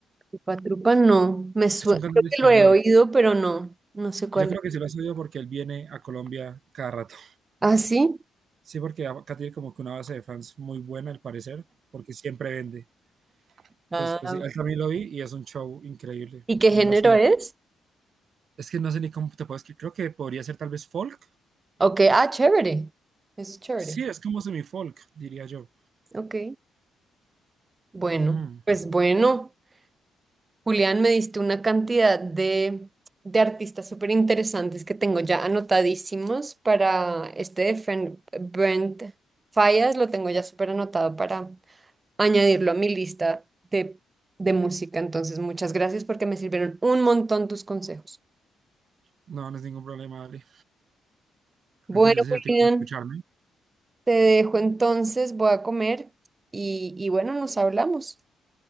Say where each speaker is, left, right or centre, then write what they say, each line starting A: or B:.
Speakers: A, on the right (about 25°); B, on the right (about 55°).
A: Trupa Trupa no, me sue-
B: Es un cantante
A: creo
B: español.
A: que lo he oído, pero no, no sé cuál
B: Yo creo
A: es.
B: que sí lo has oído porque él viene a Colombia cada rato.
A: Ah, sí.
B: Sí, porque acá tiene como que una base de fans muy buena, al parecer, porque siempre vende. Entonces,
A: Ah,
B: pues sí, él también lo vi y es un show increíble.
A: ¿y qué
B: También
A: género
B: es un...
A: es?
B: Es que no sé ni cómo te puedes... Creo que podría ser tal vez folk.
A: Ok, ah, chévere, es chévere,
B: Sí, es como semi-folk, diría yo.
A: ok. Bueno,
B: Mm,
A: pues bueno, Julián, me diste una cantidad de, de artistas súper interesantes que tengo ya anotadísimos para este de Fen- Brent Fallas, lo tengo ya súper anotado para añadirlo a mi lista de, de música. Entonces, muchas gracias porque me sirvieron un montón tus consejos.
B: No, no es ningún problema, Ali.
A: Bueno,
B: Antes, gracias
A: Julián,
B: a ti por escucharme.
A: te dejo entonces, voy a comer y, y bueno, nos hablamos.